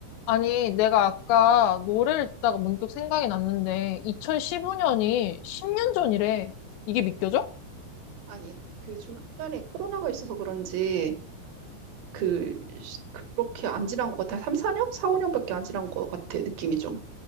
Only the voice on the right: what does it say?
아니, 그 중간에 코로나가 있어서 그런지, 그, 시- 그렇게 안 지난 것 같아. 3, 4년? 4, 5년밖에 안 지난 것 같아, 느낌이 좀.